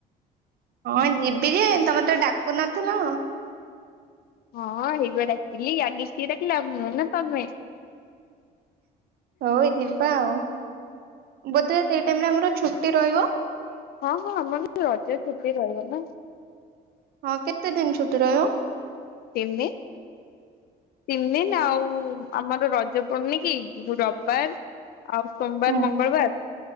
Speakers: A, on the right; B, on the left.
A: ହଁ ଯିବି ଯେ, ତମେ ତ ଡାକୁନଥିଲ?
B: ହଁ ହେଇବା ଡାକିଲି, ଆଗେ କିଏ ଡାକିଲା, ମୁଁ ନା ତମେ?
A: ହଉ ଯିବା ଆଉ ବୋଧେ ସେଇ ଟାଇମରେ ଆମର ଛୁଟି ରହିବ।
B: ହଁ ହଁ ଆମର ରଜ ଛୁଟି ରହିବ ନା।
A: ହଁ କେତେ ଦିନ ଛୁଟି ରହିବ?
B: ତିନି ତିନିଦିନ ଆଉ ଆମର ରଜ ପଡୁନି କି ରବିବାର। ଆଉ ସୋମବାର,
A: ହୁଁ
B: ମଙ୍ଗଳବାର